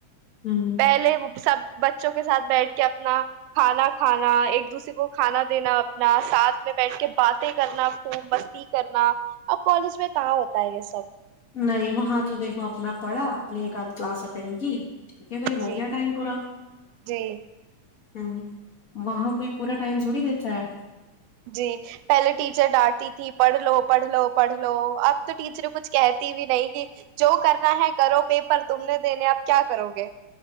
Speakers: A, on the left (about 40°); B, on the right (about 85°).
A: ہوں
B: پہلے وہ سب بچوں کے ساتھ بیٹھ کے اپنا کھانا کھانا ایک دوسرے کو کھانا دینا اپنا ساتھ میں بیٹھ کے باتیں کرنا خوب مستی کرنا اب کالج میں کہاں ہوتا ہے یہ سب
A: نہیں وہاں تو دیکھو اپنا پڑھا اپ نے ایک ہاتدھ کلاس اٹینڈ کی ٹھیک ہے بھائی ہو
B: جی
A: گیا ٹائم پورا
B: جی
A: ہ وہاں کوئی پورا ٹائم چڑی دیتا ہے
B: جی پہلے ٹیچر ڈانٹتی تھی پڑھ لو پڑھ لو پڑھ لو اب تو ٹیچریں کچھ کہتی بھی نہیں کہ جو کرنا ہے کرو پیپر تم نے دینے آپ کیا کرو گے